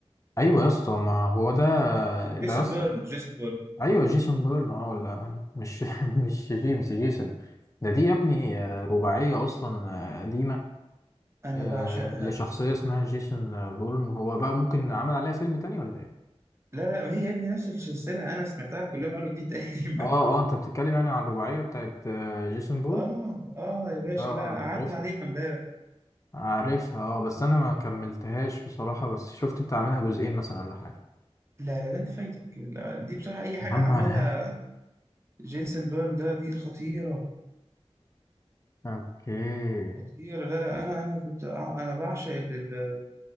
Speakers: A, on the left (about 30°); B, on the right (about 25°).
A: ايوه يا اسطى ما هو ده ده
B: جيسون
A: يا اسطى
B: بيرن جيسون بيرن
A: ايوه جيسون بورن اه ولا مش <laughs> مش جيمس جيسون ده دي يا ابني آه، رباعيه اصلا آه، قديمه
B: انا
A: آه،
B: بعشقها
A: لشخصيه اسمها جيسون آه، بورن هو بقى ممكن عمل عليها فيلم تاني ولا ايه
B: لا لا ما هي يا ابني نفس السلسله انا سمعتها كلها من اول وجديد تاني <laughs> امبارح
A: اه اه انت بتتكلم يعني عن الرباعيه بتاعت آه، جيسون بورن
B: اه اه يا باشا
A: اه اه
B: لا انا قعدت
A: عارفها
B: عليها امبارح
A: عارفها اه بس انا ما كملتهاش بصراحة بس شفت بتاع منها جزئين مثلا ولا حاجة
B: لا لا ده انت فايتك لا دي بصراحه اي حاجه
A: يا عم
B: عملها
A: انا
B: جيسون بيرن ده دي خطيره
A: اوكي
B: خطيره لا لا انا انا كنت انا بعشق ال- ال-